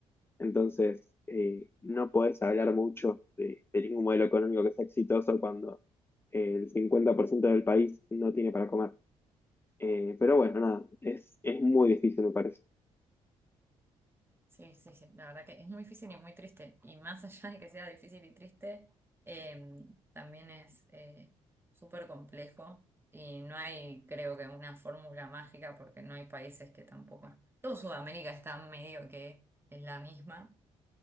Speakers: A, on the left; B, on the right.
A: Entonces, eh, no podés hablar mucho de, de ningún modelo económico que sea exitoso cuando eh, el 50% del país no tiene para comer. Eh, pero bueno, nada, es, es muy difícil, me parece.
B: Sí, sí, sí, la verdad que es muy difícil y muy triste. Y más allá de que sea difícil y triste, eh, también es eh, súper complejo y no hay, creo que, una fórmula mágica porque no hay países que tampoco... Todo Sudamérica está medio que es la misma